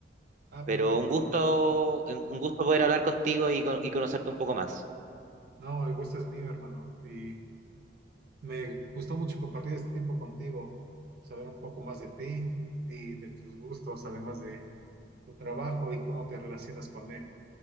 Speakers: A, on the right; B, on the right.
A: Ah,
B: pero
A: perfecto,
B: un gusto,
A: hermano.
B: un un gusto poder hablar contigo y, con- y conocerte un poco más.
A: No, el gusto es mío, hermano. Y me gustó mucho compartir este tiempo contigo, saber un poco más de ti y de tus gustos, además de tu trabajo y cómo te relacionas con él.